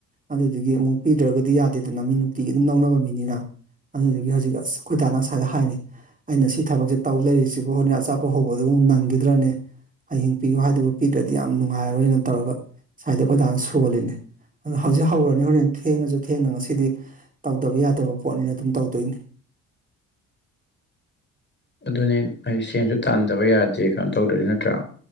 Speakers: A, on the right; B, on the left.
A: ꯑꯗꯨꯗꯨꯒꯤ ꯑꯃꯨꯛ ꯄꯤꯗ꯭ꯔꯒꯗꯤ ꯌꯥꯗꯦꯗꯅ ꯃꯤ ꯅꯨꯡꯇꯤꯒꯤ ꯑꯗꯨꯝ ꯂꯧꯅꯕ ꯃꯤꯅꯤꯅ ꯑꯗꯨꯗꯒꯤ ꯍꯧꯖꯤꯛ ꯑꯁ ꯑꯩꯈꯣꯏꯗꯥꯥꯅ ꯉꯥꯁꯥꯏꯗꯩ ꯍꯥꯏꯅꯤ ꯑꯩꯅ ꯁꯤ ꯊꯕꯛꯁꯦ ꯇꯧ ꯂꯩꯔꯤꯁꯤꯕꯨ ꯍꯣꯔꯦꯟ ꯑꯆꯥꯞ ꯄꯣ ꯍꯧꯕꯗꯨꯕꯨ ꯅꯪꯈꯤꯗ꯭ꯔꯅꯦ ꯍꯌꯦꯡ ꯄꯤꯌꯨ ꯍꯥꯏꯗꯨꯕꯨ ꯄꯤꯗ꯭ꯔꯗꯤ ꯌꯥꯝ ꯅꯨꯡꯉꯥꯏꯔꯔꯣꯏꯅ ꯇꯧꯔꯒ ꯁ꯭ꯋꯥꯏꯗ ꯑꯩꯈꯣꯏꯗꯥꯅ ꯁꯣꯜꯂꯤꯅꯦ ꯑꯣ ꯍꯧꯖꯤꯛ ꯍꯧꯔꯅꯤ ꯍꯣꯔꯦꯟ ꯊꯦꯡꯉꯁꯨ ꯊꯦꯡꯅ ꯉꯁꯤꯗꯤ ꯇꯧꯗꯕ ꯌꯥꯗꯕ ꯄꯣꯠꯅꯤꯅ ꯑꯗꯨꯝ ꯇꯧꯗꯣꯏꯅꯤ꯫ <inaudible>
B: ꯑꯗꯨꯅꯦ ꯑꯩ ꯁꯦꯟꯁꯨ ꯇꯥꯟꯗꯕ ꯌꯥꯗꯦ ꯀꯩꯅꯣ ꯇꯧꯗ꯭ꯔꯗꯤ ꯅꯠꯇ꯭ꯔꯥ